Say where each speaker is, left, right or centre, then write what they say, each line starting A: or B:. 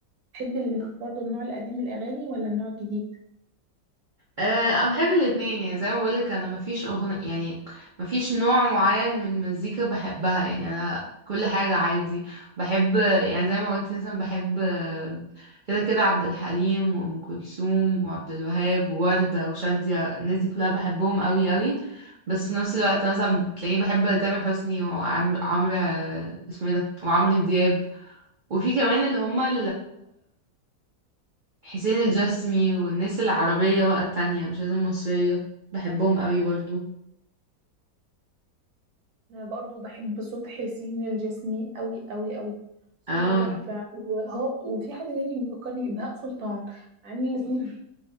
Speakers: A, on the right (about 65°); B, on the right (about 85°).
A: بتحبي ال- برضو النوع القديم من الاغاني ولا النوع الجديد
B: أه انا بحب الاتنين يعني زي ما بقولك انا مفيش اغنية يعني مفيش نوع معين من المزيكا بحبها يعني انا كل حاجة عادي بحب يعني زي ما قلت مثلا بحب آه، كده كده عبد الحليم وام كلثوم وعبد الوهاب ووردة وشادية الناس دي كلها بحبهم قوي قوي بس في نفس الوقت مثلا بتلاقيني بحب تامر حسني وعمرو عمرو آه، اسمه ايه ده وعمرو دياب وفي كمان اللي هما حسين الجسمي والناس العربية بقى التانية مش لازم مصرية بحبهم قوي برضو
A: انا برضو بحب صوت حسين الجسمي قوي قوي قوي صوته
B: اه
A: تحفة وهو وفي حد تاني بيفكرني بهاء سلطان مع ان الاتنين